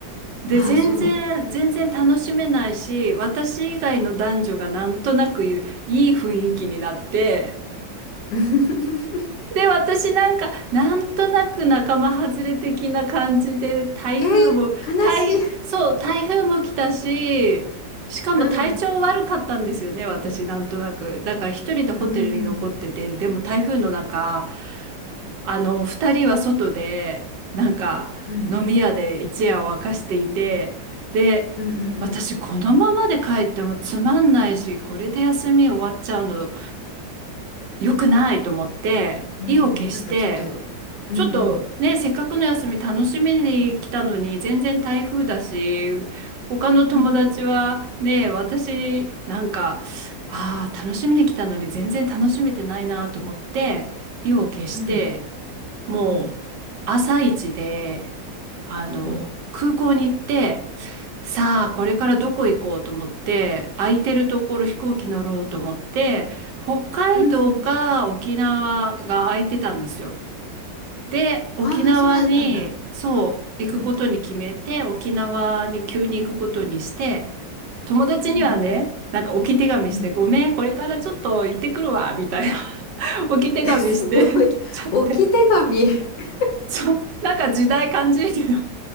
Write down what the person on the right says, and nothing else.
で、
全然、
全然楽しめないし、私以外の男女がなんとなくいい雰囲気になって、
で、私なんか、なんとなく仲間外れ的な感じで、台風も、
台、そう、台風も来たし、しかも体調悪かったんですよね、
私、なんとなく。だから一人でホテルに残ってて、
でも台風の中、あの、二人は外で、なんか、
飲み屋で一夜を明かしていて、で、
私、このままで帰ってもつまんないし、これで休み終わっちゃうの良くないと思って、
意を決して、
ちょっとね、せっかくの休み楽しみに来たのに、全然台風だし、他の友達はね、
私なんか、ああ、楽しみに来たのに全然楽しめてないなと思って、意を決して、
もう朝一で、
あの、
空港に行って、さあ、これからどこ行こうと思って、空いてるところ飛行機乗ろうと思って、北海道か沖縄が空いてたんですよ。
で、沖縄に、
そう、
行くことに決めて、沖縄に急に行くことにして、
友達にはね、
なんか置き手紙して、
ごめん、これからちょっと行ってくるわ、みたいな <laughs> 置き手紙して
<laughs> ちゃって。
そう、なんか時代感じるけど。